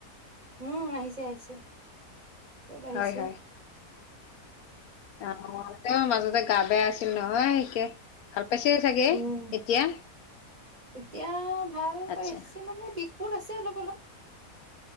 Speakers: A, on the right; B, on the left.
A: উম আহিছে আহিছে চব আহিছে
B: হয় হয় অ তেওঁ মাজতে গা বেয়া আছিল নহয় সিকে ভাল পাইছে চাগে
A: উম,
B: এতিয়া
A: এতিয়া ভাল
B: আচ্ছা
A: পাইছে মানে বিষবোৰ আছে অলপ অলপ